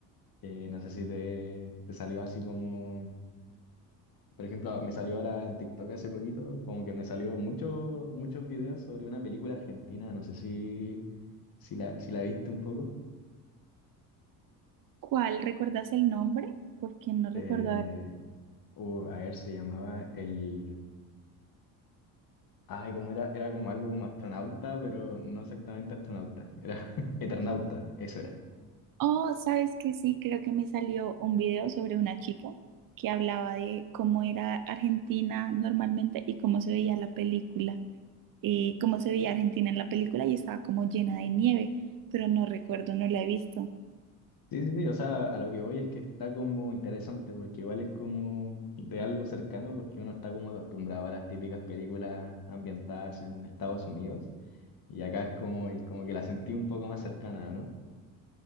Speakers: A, on the left (about 45°); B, on the right (about 45°).
A: Eh, no sé si te, te salió así como, por ejemplo, me salió ahora en TikTok hace poquito, como que me salió mucho, muchos videos sobre una película argentina, no sé si, si la, si la viste un poco.
B: ¿Cuál? ¿Recuerdas el nombre? Porque no recuerdo
A: Eh,
B: haber-
A: o, a ver, se llamaba El... Ay, como era, era como algo como astronauta, pero no exactamente astronauta, era <laughs> eternauta, eso era.
B: Oh, sabes que sí, creo que me salió un video sobre una chica que hablaba de cómo era Argentina normalmente y cómo se veía la película, eh, cómo se veía Argentina en la película y estaba como llena de nieve, pero no recuerdo, no la he visto.
A: Sí, sí, sí, o sea, a lo que voy es que está como interesante, porque igual es como de algo cercano, porque uno está como acostumbrado a las típicas películas ambientadas en Estados Unidos, y acá es como, y como que la sentí un poco más cercana, ¿no?